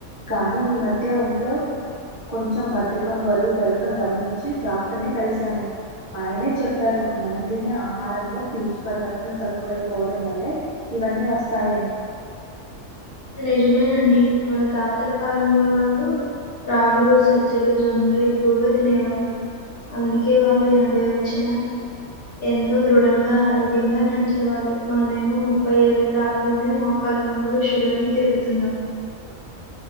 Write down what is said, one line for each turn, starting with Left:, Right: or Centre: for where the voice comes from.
Right: కానీ ఈ మధ్య ఒంట్లో కొంచెం బద్దకం బరువు పెరగడం గమనించి డాక్టర్ ని కలిసాను ఆయనే చెప్పారు మనం తినే ఆహారంలో పీచు పదార్ ర్థం తక్కువైపోవడం వల్లే ఇవన్నీ వస్తాయని
Left: నిజమేనండి మన తాతల కాలంలో వాళ్ళు రాగులు సజ్జలు జొన్నలు ఎక్కువగా తినేవాళ్ళు అందుకే వాళ్ళు ఎనభై వచ్చిన ఎంతో దృఢంగా ఆరోగ్యంగా నడిచేవాళ్ళు మనమేమో ముప్పై ఏళ్ళకి రాకముందే మోకాలు నొ ప్పులు షుగర్ అని తిరుగుతున్నాం